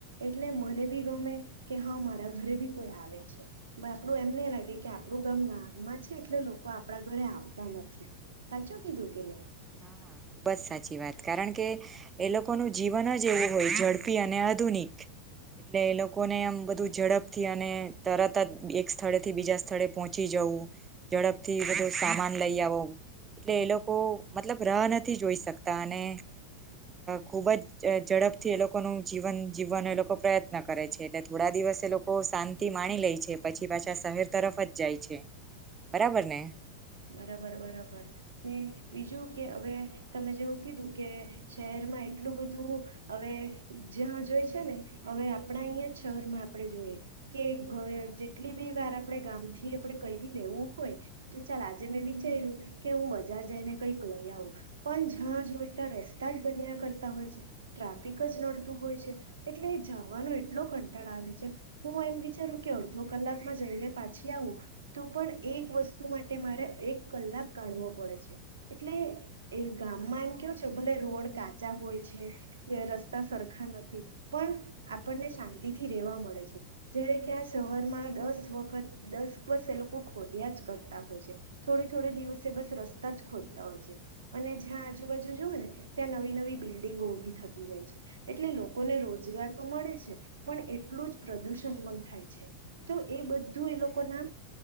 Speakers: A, on the right; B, on the right.
A: એટલે મને બી ગમે કે હા મારા ઘરે બી કોઈ આવે છે આપણું એમ નહીં લાગે કે આપણું ગામ ગામમાં છે એટલે લોકો આપ આપડા ઘરે આવતા નથી તાચો કીધું કે નં
B: હા હા ખુબ જ સાચી વાત કારણ કે એ લોકોનું જીવન જ એવું હોય ઝડપી અને આધુનિક એટલે એ લોકોને આમ બધું ઝડપથી અને તરત જ એક સ્થળે થી બીજા સ્થળે પોહોંચી જવું ઝડપ થી બધું સામાન લઈ આવું એટલે એ લોકો મતલબ રહ નથી જોઈ શકતા અને ખુબ જ ઝડપથી એ લોકોનું જીવન જીવવાનો એ લોકો પ્રયત્ન કરે છે એટલે થોડા દિવસ એ લોકો શાંતિ માણી લે છે પછી પાછા શહેર તરફ જ જાય છે બરાબર ને
A: બરાબર બરાબર ને બીજું કે હવે તમે જેવું કીધું કે શહેરમાં એટલું બધું હવે જ્યાં જોઈ છે ને હવે આપણા અહીં શહેરમાં આપણે જોઈએ કે જેટલી બી વાર આપણેે ગામથી આપણે કવીી લેવું હોય ચાલ આજે મેં વિચાર્યું કે હું બજાર જઈને કંઈક લઈ આવું પણ જ્યાં જોઈ ત્યાં રસ્તા જ બન્યા કરતા હોય છે ટ્રાફિક જ નડતું હોય છે એટલે એ જવાનો એટલો કંટાળ આવે છે હું એમ વિચારું કે અડધો કલાકમાં જઈને પાછી આવું તો પણ એક વસ્તુ માટે માટે મારે એક કલાક કાઢવો પડે છે એટલે એ ગામમાં એમ કેવો છે ભલે રોડ કાચા હોય છે રસ્તા સરખા નથી પણ આપણને શાંતિથી રેવા મળે છે જ કે આ શહરમાં દસ વખત દસ બસ એ લોકો ખોદ્યા જ કરતા હોય છે થોડી થોડ દિવસે બસ રસ્તા જ ખોજતા હોય છે અને જ્યાં આજુબાજુ જોઓ ને ત્યાં નવી નવી બિલ્ડિંગો ઉભી થતી જાય છે એટલે લોકોને રોજગાર તો મળે છે પણ એટલું જ પ્રદુષણ પણ થાય છે તો એ બધું એ લોકો ના